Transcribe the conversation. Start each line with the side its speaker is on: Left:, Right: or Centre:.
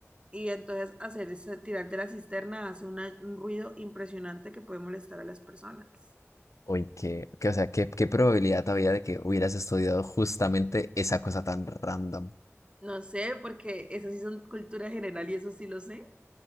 Right: y entonces hacer ese, tirar de la cisterna hace una- un ruido impresionante que puede molestar a las personas.
Left: Uy, qué, qué- o sea, qué, qué probabilidad había de que hubieras estudiado justamente esa cosa tan random.
Right: No sé, porque eso sí son cultura general y eso sí lo sé.